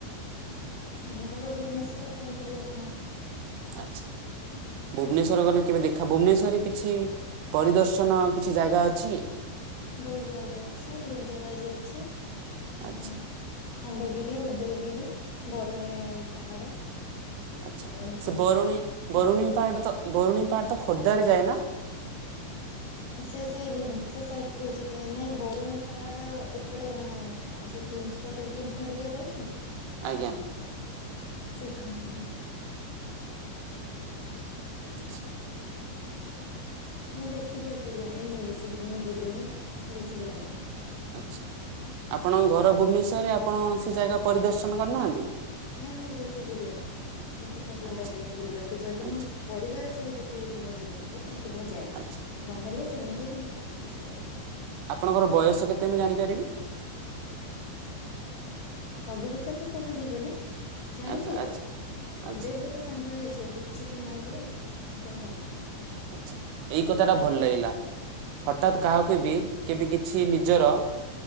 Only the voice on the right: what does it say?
ଆଛା ଭୁବନେଶ୍ୱର ଗଲେ କେବେ ଦେଖା ଭୁବନେଶ୍ୱରରେ କିଛି ପରିଦର୍ଶନ କିଛି ଜାଗା ଅଛି?
ଆଚ୍ଛା
ଆଚ୍ଛା
ସେ ବରୁଣେଇ
ବରୁଣେଇ ପାହାଡ ତ ବରୁଣେଇ ପାହାଡ ତ ଖୋର୍ଦ୍ଧାରେ ଯାଏ ନା?
ଆଜ୍ଞା।
<inaudible>
ଆଚ୍ଛା ଆପଣଙ୍କ ଘର ଭୁବନେଶ୍ୱରରେ ଆପଣ ସେ ଜାଗା ପରିଦର୍ଶନ କରିନାହାନ୍ତି।
ଆଚ୍ଛା
ଆଚ୍ଛା
ଆଚ୍ଛା
ଆପଣଙ୍କ ର ବୟସ କେତେ ମୁଁ ଜାଣିପାରିବି।
ଆଚ୍ଛା ଆଚ୍ଛା
ଆଚ୍ଛା
ଆଛା ଏଇ କଥା ଟା ଭଲ ଲାଗିଲା। ହଠତ୍ କାହାକୁ ବି କେବେ କିଛି ନିଜର।